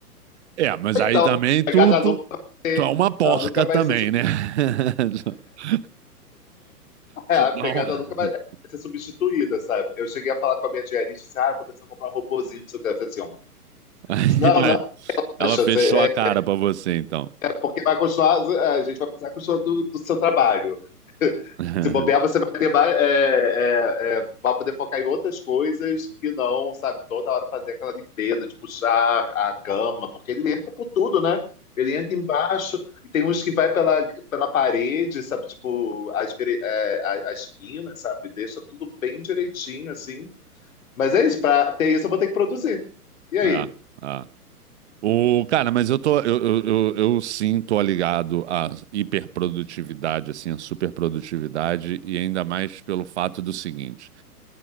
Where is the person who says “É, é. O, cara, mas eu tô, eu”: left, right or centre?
Right